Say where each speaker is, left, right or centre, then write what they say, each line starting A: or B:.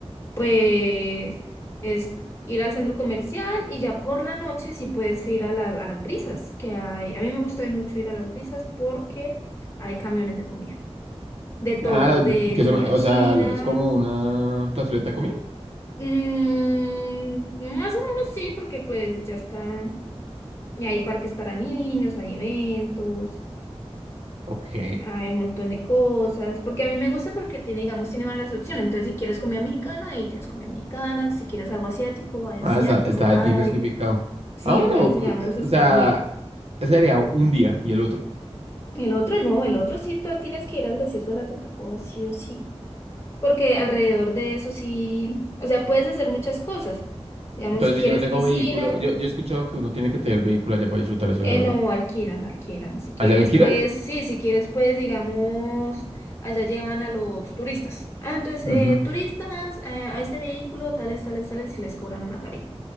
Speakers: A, on the left; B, on the right.
A: pues es ir al centro comercial y ya por la noche sí puedes ir a, la- a las brisas, que hay, a mí me gusta mucho ir a las brisas porque hay camiones de comida, de todo,
B: Ah, la-
A: de
B: que
A: comida
B: son, o
A: china,
B: sea, es como una plazoleta de comida.
A: mm, más o menos sí, porque pues ya está, y hay parques para niños, hay eventos.
B: Ok.
A: Hay un montón de cosas, porque a mí me gusta porque tiene, digamos, tiene varias opciones. Entonces, si quieres comida mexicana, ahí tienes comida mexicana. Si quieres algo asiático, asiático,
B: Ah, está, está
A: árabe.
B: diversificado.
A: Sí,
B: Ah, bueno,
A: entonces digamos
B: pues, eh,
A: está
B: o sea,
A: bien.
B: ese sería un día y el otro.
A: El otro no, el otro sí tú tienes que ir al desierto de la Tatacoa sí o sí, porque alrededor de eso sí, o sea, puedes hacer muchas cosas. Digamos,
B: Pero
A: si
B: si
A: quieres
B: yo no tengo
A: piscina,
B: vehículo, yo, yo he escuchado que uno tiene que tener vehículo allá para disfrutar eso
A: eh,
B: de verdad.
A: no, alquilan, alquilan. Si quieres,
B: ¿Allá alquilan?
A: pues, sí, si quieres, pues, digamos, allá llevan a los turistas. Ah, entonces,
B: Ujú.
A: eh, turistas, eh, a este vehículo, tales, tales, tales, y les cobran una tarifa.